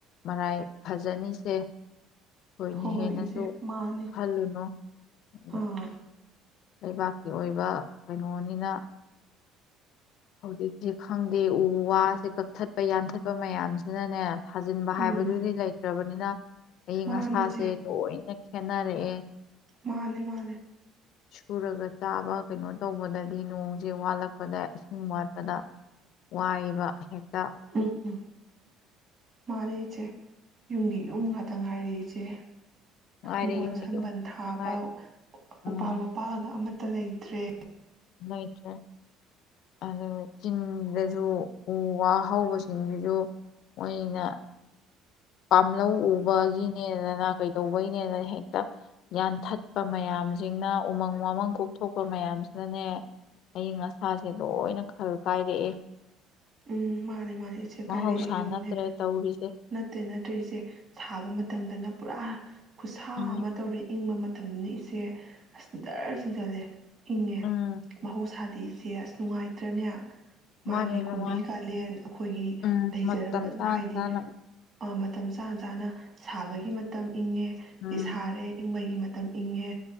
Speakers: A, on the left; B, on the right.
A: ꯃꯔꯥꯏ ꯐꯖꯅꯤꯁꯦ ꯊꯣꯏꯅ
B: ꯍꯣꯏ ꯍꯣꯏ
A: ꯍꯦꯟꯅꯁꯨ
B: ꯏꯆꯦ ꯃꯥꯅꯦ
A: ꯈꯜꯂꯨꯅꯨ ꯑꯗꯣ
B: ꯑꯥ
A: ꯂꯩꯕꯥꯛꯀꯤ ꯑꯣꯏꯕ ꯀꯩꯅꯣꯅꯤꯅ ꯍꯧꯖꯤꯛꯇꯁꯦ ꯈꯪꯗꯦ ꯎ ꯋꯥꯁꯦ ꯀꯛꯊꯠꯄ ꯌꯥꯟꯊꯠꯄ ꯃꯌꯥꯝꯁꯤꯅꯅꯦ ꯊꯥꯖꯤꯟꯕ ꯍꯥꯏꯕꯗꯨꯗꯤ
B: ꯎꯝ
A: ꯂꯩꯇ꯭ꯔꯕꯅꯤꯅ ꯑꯌꯪ
B: ꯃꯥꯅꯦ
A: ꯑꯁꯥꯁꯦ
B: ꯏꯆꯦ
A: ꯂꯣꯏꯅ ꯁꯅꯔꯦꯑꯦ
B: ꯃꯥꯅꯦ ꯃꯥꯅꯦ
A: ꯁꯨꯔꯒ ꯆꯥꯕ ꯀꯩꯅꯣ ꯇꯧꯕꯗꯗꯤ ꯅꯣꯡꯁꯦ ꯋꯥꯠꯂꯛꯄꯗ ꯅꯨꯡ ꯋꯥꯠꯄꯗ ꯋꯥꯏꯕ ꯍꯦꯛ ꯇ
B: ꯎꯝ ꯎꯝ ꯃꯥꯅꯦ ꯏꯆꯦ ꯌꯨꯝꯒꯤ ꯌꯨꯝ ꯉꯥꯛꯇ ꯉꯥꯏꯔꯦ ꯏꯆꯦ
A: ꯉꯥꯏꯔꯦ
B: ꯍꯤꯡꯒꯣꯜ
A: ꯌꯨꯝꯒꯤ
B: ꯁꯝꯕꯜ
A: ꯌꯨꯝ ꯈꯛꯇ
B: ꯊꯥꯕ
A: ꯉꯥꯏꯔꯦ ꯎꯝ
B: ꯎꯄꯥꯛ ꯋꯥꯄꯥꯜꯒ ꯑꯃ ꯇ ꯂꯩꯇ꯭ꯔꯦ
A: ꯂꯩꯇ꯭ꯔꯦ ꯑꯗꯨꯒ ꯆꯤꯡꯗꯁꯨ ꯎ ꯋꯥ ꯍꯧꯕꯁꯤꯡꯗꯨꯁꯨ ꯃꯣꯏꯅ ꯄꯥꯝꯂꯧ ꯎꯕꯒꯤꯅꯦꯗꯅ ꯀꯩꯗꯧꯕꯩꯅꯦꯗꯅ ꯍꯦꯛꯇ ꯄꯥꯝꯂꯧꯒꯤꯗꯅꯦꯅꯥ ꯀꯩꯗꯧꯕꯩꯅꯦꯅꯥ ꯍꯦꯛꯇ ꯌꯥꯟꯊꯠꯄ ꯃꯌꯥꯝꯁꯤꯡꯅ ꯎꯃꯪ ꯋꯥꯃꯪ ꯀꯣꯛꯊꯣꯛꯄ ꯃꯌꯥꯝꯁꯤꯅꯅꯦ ꯑꯏꯤꯡ ꯑꯁꯥꯁꯦ ꯂꯣꯏꯅ ꯈꯜ ꯀꯥꯏꯔꯛꯑꯦ
B: ꯎꯝ ꯃꯥꯅꯦ ꯃꯥꯅꯦ ꯏꯆꯦ
A: ꯃꯍꯧꯁꯥ
B: ꯀꯥꯏꯔꯛꯑꯦ ꯌꯦꯡꯉꯨꯅꯦ
A: ꯅꯠꯇ꯭ꯔꯦ ꯇꯧꯔꯤꯁꯦ
B: ꯇꯦ ꯅꯠꯇꯦ ꯏꯆꯦ ꯊꯥꯕ ꯃꯇꯝꯗꯅ ꯄꯨꯔꯥ ꯈꯨꯠꯁꯥ
A: ꯎꯝ
B: ꯑꯃ ꯇꯧꯔꯦ ꯏꯪꯕ ꯃꯇꯝꯅꯤꯅ ꯏꯆꯦ ꯑꯁ ꯗꯔꯔ ꯆꯤꯡꯖꯜꯂꯦ ꯏꯪꯉꯦ
A: ꯎꯝ
B: ꯃꯍꯧꯁꯥꯗ ꯅꯦ ꯏꯆꯦ ꯑꯁ ꯅꯨꯡꯉꯥꯏꯇ꯭ꯔꯅꯦ
A: ꯃꯥꯅꯦ
B: ꯃꯥꯒꯤ ꯀꯨꯝꯕꯤ
A: ꯅꯨꯡꯉꯥꯏ
B: ꯀꯥꯂꯦꯟ ꯑꯩꯈꯣꯏꯒꯤ
A: ꯎꯝ
B: ꯂꯩꯖꯔꯝꯕꯗꯣ
A: ꯃꯇꯝ ꯆꯥꯅ
B: ꯍꯥꯏꯗꯤ
A: ꯆꯥꯅ
B: ꯃꯇꯝ ꯆꯥ ꯆꯥꯅ ꯁꯥꯕꯒꯤ ꯃꯇꯝ ꯏꯪꯉꯦ
A: ꯎꯝ
B: ꯁꯔꯦ ꯏꯪꯕꯒꯤ ꯃꯠ ꯃꯇꯝ ꯏꯪꯉꯦ